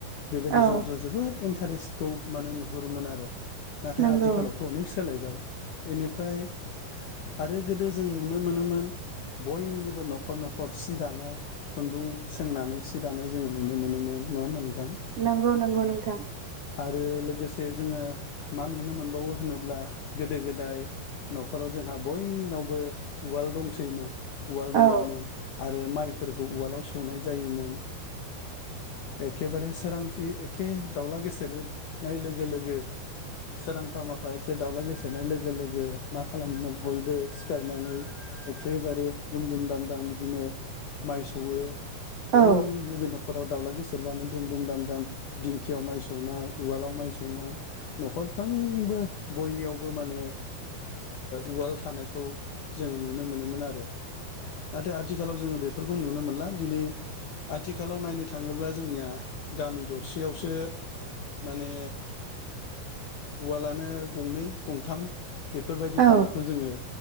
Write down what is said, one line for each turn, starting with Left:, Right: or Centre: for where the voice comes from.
Left: बेबायदि
Right: औ
Left: ज' ज' जोबोद इन्टारेस्टखौ माने नुहुरोमोन आरो नाथाय
Right: नंगौ
Left: आथिखालावथ' अनेख सोलायबाय बेनिफ्राय आरो गोदो जों नुनो मोनोमोन बयनिबो न'खर न'खर सि दानाय खुन्दुं सोंनानै सि दानाय जोङो नुनो मोनोमोन नङा हा नोंथां
Right: नंगौ नंगौ नोंथां
Left: आरो लोगोसे जे जोङो मा नुनो मोनबावो होनोब्ला गोदो गोदाय न'खराव जोंहा बय बो उवालदंसैमोन उवाल दङोमोन
Right: औ
Left: आरो माय फोरखौ उवालाव सौनाय जायोमोन एखेबारे सोरांसि एखे दाउला गेसेेरनाय लोगो लोगो सोरांफा माफा एखे दावला गेसेेरनाय लोगो लोगो मा खालामोमोन बयबो सिखारनानै एखेबारे दुम दुम दाम दाम बिदिनो माइ सौवो
Right: औ
Left: बयनिबो न'खराव दावला गेसेेरबानो दुम दुम दाम दाम दिंखियाव माइ सौनाय उवालाव माइ सौनाय न'खरफ्रोम बो बयनियावबो माने उवाल थानायखौ जों नुनो मोनोमोन आरो नाथाय आथिखालाव जोङो बेफोरखौ नुनो मोनला दिनै आथिखालाव नायनो थाङोब्ला जोंनिया गामि दरसेयावसो माने उवालानो गंनै गंथाम बेफोरबायदि
Right: औ
Left: थानायखौ जोङो